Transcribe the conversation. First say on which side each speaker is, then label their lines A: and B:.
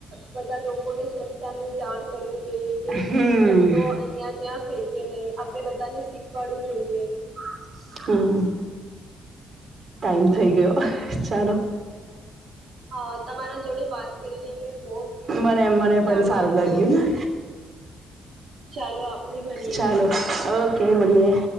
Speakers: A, on the right (about 70°); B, on the right (about 50°).
A: બધા લોકોને સ્વચ્છતાને જાણ કરવું જોઈએ કે
B: હમ
A: કચરો અહિયાં ત્યાં ફેંકે નહીં આપડે બધાને શીખવાડવું જોઈએ
B: <unintelligible> હમ. ટાઈમ થઈ ગયો ચાલો.
A: હા તમારા જોડે વાત કરીને અ બહુ
B: મને મને પણ
A: જાણવાનું
B: સારું લાગ્યું
A: મળ્યું. ચાલો આપડે મળીએ
B: ચાલો ઓકે મળીએ